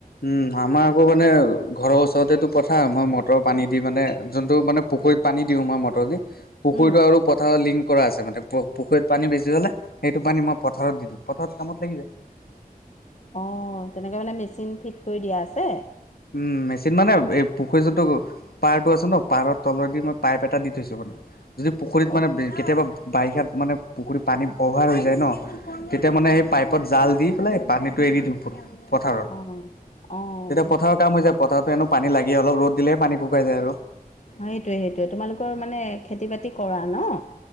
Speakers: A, on the left (about 80°); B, on the left (about 50°).
A: উম, হা আমাৰ আকৌ মানে ঘৰৰ উচৰেটো ৰেতে তোক কথা মই মটৰ পানী দি মানে যোনটো মানে পুখুৰীত পানী দিওঁ মই মটৰ দি পুখুৰীটো
B: উম,
A: আৰু পথাৰত লিংক কৰা আছে মানে পুখুৰীত পানী বেছি হ'লে সেইটো পানী মই পথাৰত দিওঁ পথাৰত কামত লাগি যায়।
B: অ, তেনেকে মানে মেচিন ফিট কৰি দিয়া আছে?
A: উম, মেচিন মানে এই পুখুৰী যোনটো পাৰটো আছে ন' পাৰৰ তলই দি মই পাইপ এটা দি থৈছো মানে। যদি পুখুৰীত
B: অঁ
A: মানে কেতিয়াবা বাৰিষাত মানে পুখুৰী পানী অভাৰ হৈ যায় ন তেতিয়া মানে এই পাইপত জাল দি পেলাই পানীটো এৰি দিওঁ পথাৰত।
B: অ', অ',
A: তেতিয়া পথাৰৰ কাম হৈ যায় পথাৰত টো এনেও পানী লাগেই অলপ ৰ'দ দিলে পানীু শুকাই যায় আৰু।
B: অ, এইটোৱে -সেইটোৱে তোমালোকৰ মানে খেতি - বাতি কৰা ন?